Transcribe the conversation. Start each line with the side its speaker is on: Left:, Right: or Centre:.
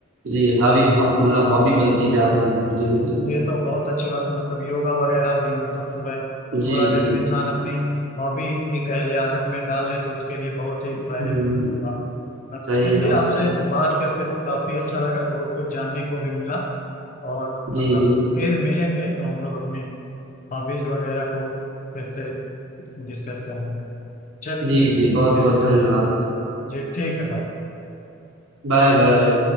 Right: जी हॉबी मतलब हॉबी बनती जा रही है धीरे धीरे
Left: ये तो बहुत अच्छी बात है मतलब योगा वगैरह भी मतलब सुबह
Right: जी
Left: थोड़ा अगर
Right: जी
Left: जो इंसान अपनी हॉबी ही कह ले आदत में डाल ले तो उसके लिए बहुत ही
Right: हम्म
Left: फायदेमंद होगा पर
Right: सही
Left: चलिए
Right: बात
Left: आपसे
Right: है
Left: बात करके तो काफी अच्छा लगा बहुत कुछ जानने को भी मिला और मतलब
Right: जी जी
Left: फिर मिलेंगे तो हम लोग अपनी हॉबीज वगैरह को फिर से डिस्कस करेंगे चलिए
Right: जी जी
Left: ठीक
Right: बहुत बहुत
Left: है
Right: धन्यवाद
Left: जी ठीक है भाई
Right: Bye bye